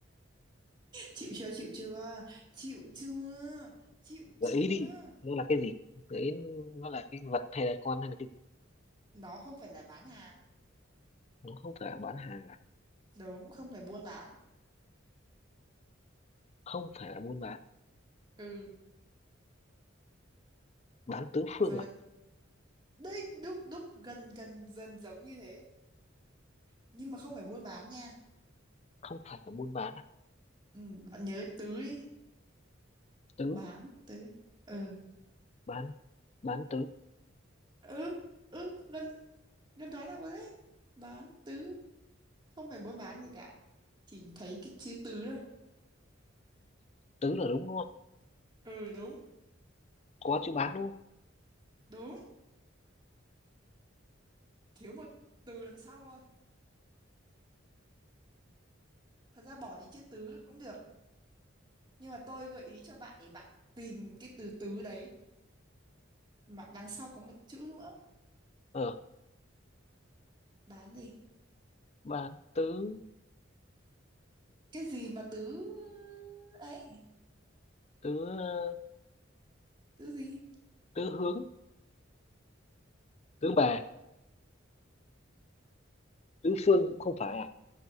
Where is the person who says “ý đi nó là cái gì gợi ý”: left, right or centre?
Left